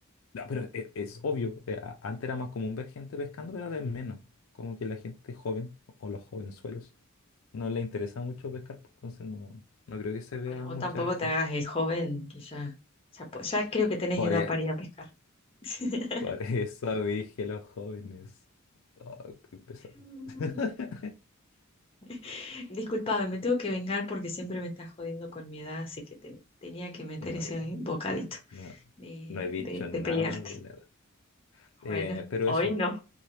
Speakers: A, on the left; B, on the left.
A: No, pero e- es, obvio, eh, a- antes era más común ver gente pescando, pero ahora es menos. Como que la gente joven o los jovenzuelos no le interesa mucho pescar, po. Entonces no, no creo que se vea
B: Bueno, o
A: mucha
B: tampoco
A: gente.
B: te hagas el joven, que ya, ya, po- ya creo que tenés
A: Por
B: edad
A: e-
B: para ir a pescar. <laughs>
A: Por eso dije los jóvenes. Oh, qué pesado.
B: Mm.
A: <laughs>
B: <laughs> Disculpame, me tengo que vengar porque siempre me estás jodiendo con mi edad, así que te, tenía que meter
A: No,
B: ese bocadito
A: no,
B: de,
A: no he dicho
B: de,
A: nada
B: de pelearte.
A: de la edad. Eh,
B: Bueno,
A: pero
B: hoy
A: eso,
B: no.